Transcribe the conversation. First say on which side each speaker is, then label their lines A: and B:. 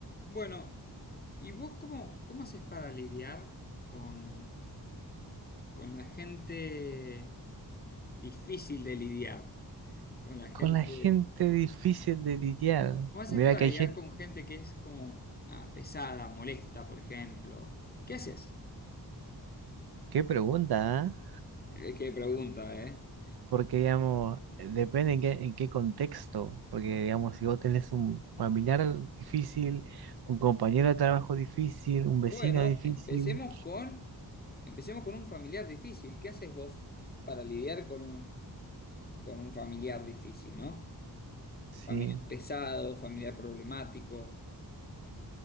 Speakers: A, on the left; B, on the right.
A: Bueno, ¿y vos cómo, cómo haces para lidiar con, con la gente difícil de lidiar? Con la gente...
B: Con la gente difícil de lidiar.
A: ¿Cómo haces
B: Mira
A: para
B: que
A: lidiar
B: hay gente.
A: con gente que es como ah, pesada, molesta, por ejemplo? ¿Qué haces?
B: Qué pregunta, ¿ah?
A: Eh, Qué pregunta, ¿eh?
B: Porque, digamos, eh, depende en qué, en qué contexto. Porque, digamos, si vos tenés un familiar difícil, un compañero de trabajo difícil, un
A: Bueno,
B: vecino difícil,
A: empecemos con, empecemos con un familiar difícil. ¿Qué haces vos para lidiar con un, con un familiar difícil, ¿no?
B: sí.
A: Familiar pesado, familiar problemático.